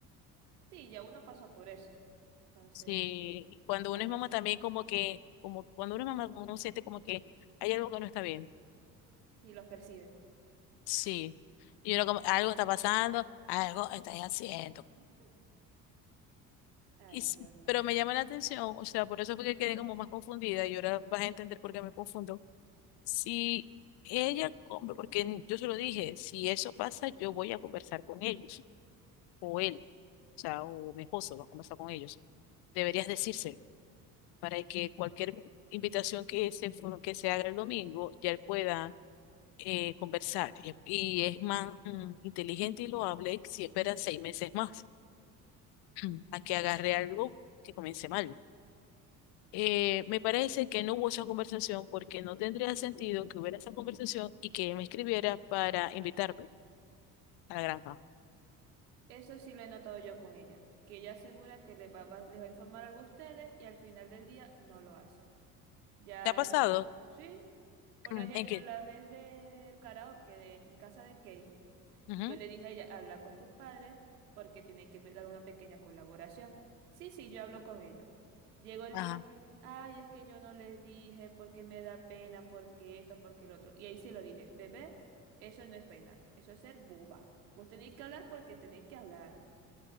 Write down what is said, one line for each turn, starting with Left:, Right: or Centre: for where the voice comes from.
Right: Sí, ya uno pasó por eso. Entonces
Left: sí, y cuando
Right: es más
Left: uno es
Right: fácil.
Left: mamá también como que, como cuando uno es mamá uno siente como que hay algo que no está bien,
Right: Sí, los perciben.
Left: sí. Y uno como, algo está pasando, algo estás haciendo.
Right: Ujú. Ay,
Left: Y sí,
Right: Dios, no.
Left: pero me llama la atención, o sea, por eso fue que quedé como más confundida y ahora vas a entender por qué me confundo. Si ella come, porque yo se lo dije, si eso pasa, yo voy a conversar con ellos, o él, o sea, o mi esposo va a conversar con ellos. Deberías decírselo para que cualquier invitación que se, fu- que se haga el domingo, ya él pueda eh, conversar. Y, y es más mm, inteligente y lo hable si espera seis meses más <clears throat>
Right: Ujú.
Left: a que agarre algo que comience mal. Eh, me parece que no hubo esa conversación porque no tendría sentido que hubiera esa conversación y que me escribiera para invitarme a la granja.
Right: Eso sí lo he notado yo con ella, que ella asegura que les va, va- les va a informar algo a ustedes y al final del día no lo hace. Ya
Left: ¿Te ha pasado?
Right: he not- Sí, por
Left: Mm.
Right: ejemplo,
Left: ¿En qué?
Right: la vez del karaoke en casa de Kay.
Left: Ujú.
Right: Yo le dije a ella, habla con tus padres porque tienen que pe- dar una pequeña colaboración. Sí, sí, yo hablo con ellos. Llegó el
Left: Ajá.
Right: día, ay, es que yo no les dije porque me da pena, porque esto, porque el otro. Y ahí sí lo dije, bebé, eso no es pena, eso es ser boba. Vos tenéis que hablar porque tenéis que hablar.